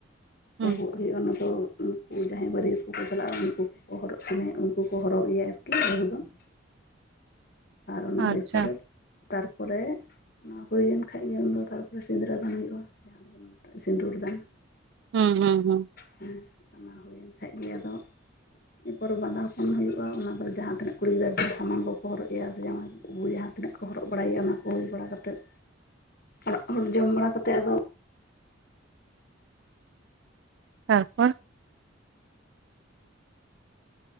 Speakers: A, on the left; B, on the right.
A: ᱵᱟᱹᱦᱩᱣᱟᱜ
B: ᱦᱩᱸ
A: ᱦᱩᱭᱩᱜᱼᱟ ᱚᱱᱟ ᱫᱚ ᱩ ᱡᱟᱦᱟᱸᱭ ᱵᱟᱹᱨᱭᱟᱹᱛ ᱠᱚ ᱠᱚ ᱪᱟᱞᱟᱜᱼᱟ ᱩᱝᱠᱩ ᱠᱚᱠᱚ ᱦᱚᱨᱚᱜ ᱠᱤᱱᱟᱹᱭ ᱩᱝᱠᱩ ᱠᱚ ᱦᱚᱨᱚᱜ ᱮᱭᱟ ᱟᱨᱠᱤ ᱵᱟᱹᱦᱩ ᱫᱚ᱾ ᱟᱨ ᱚᱱᱟ
B: ᱟᱪᱪᱷᱟ
A: ᱦᱩᱭ ᱯᱚᱨᱮ ᱛᱟᱨᱯᱚᱨᱮ ᱚᱱᱟ ᱦᱩᱭᱮᱱ ᱠᱷᱟᱡ ᱜᱮ ᱩᱱᱫᱚ ᱛᱟᱨᱯᱚᱨᱮ ᱥᱤᱸᱫᱽᱨᱟᱹ ᱫᱟᱱ ᱦᱩᱭᱩᱜ-ᱟ, ᱡᱟᱦᱟᱸ ᱫᱚ ᱵᱚᱱ ᱢᱮᱛᱟᱜ ᱥᱤᱸᱫᱩᱨ ᱫᱟᱱ ᱾
B: ᱦᱩᱸ ᱦᱩᱸ ᱦᱩᱸ ᱾
A: ᱦᱩᱸ ᱚᱱᱟ ᱦᱩᱭᱮᱱ ᱠᱷᱟᱡ ᱜᱮ ᱟᱫᱚ ᱤᱱᱟᱹ ᱯᱚᱨᱮ ᱵᱟᱸᱫᱟᱯᱚᱱ ᱦᱩᱭᱩᱜᱼᱟ ᱚᱱᱟ ᱫᱚ ᱡᱟᱦᱟᱸ ᱛᱤᱱᱟᱹᱜ ᱠᱩᱲᱤ ᱜᱤᱫᱨᱟᱹ ᱥᱟᱢᱟᱱ ᱠᱚᱠᱚ ᱦᱚᱨᱚᱜ ᱮᱭᱟ ᱡᱟᱶᱟᱭᱚ ᱡᱟᱦᱟᱸ ᱛᱤᱱᱟᱹᱜ ᱠᱚ ᱦᱚᱨᱚᱜ ᱵᱟᱲᱟᱭᱮᱭᱟ ᱚᱱᱟ ᱠᱚ ᱦᱩᱭ ᱵᱟᱲᱟ ᱠᱟᱛᱮᱫ ᱚᱲᱟᱜ ᱦᱚᱲ ᱡᱚᱢ ᱵᱟᱲᱟ ᱠᱟᱛᱮᱫ ᱟᱫᱚ
B: ᱛᱟᱨᱯᱚᱨ